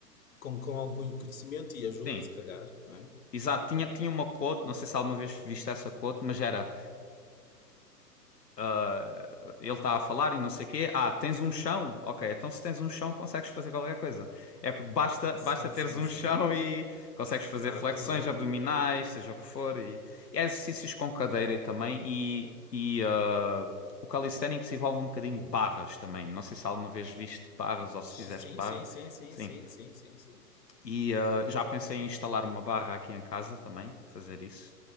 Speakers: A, on the left; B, on the left.
A: com, com algum conhecimento e ajuda,
B: Sim,
A: se calhar, não é?
B: exato. Tinha, tinha uma quote, não sei se alguma vez viste essa quote, mas era eh, ele tá a falar e não sei o quê. Ah, tens um chão? Ok, então se tens um chão, consegues fazer qualquer coisa. É porque basta,
A: Ah, c- sim,
B: basta teres
A: sim,
B: um
A: sim.
B: chão e consegues fazer
A: Ah,
B: flexões
A: claro.
B: abdominais, seja o que for. E, e há exercícios com cadeira também. E, e ah, o calisthenics envolve um bocadinho de barras também. Não sei se alguma vez viste barras ou se
A: Sim,
B: fizeste barra.
A: sim, sim, sim,
B: Sim.
A: sim, sim, sim, sim.
B: E ah, já pensei em instalar uma barra aqui em casa também, fazer isso.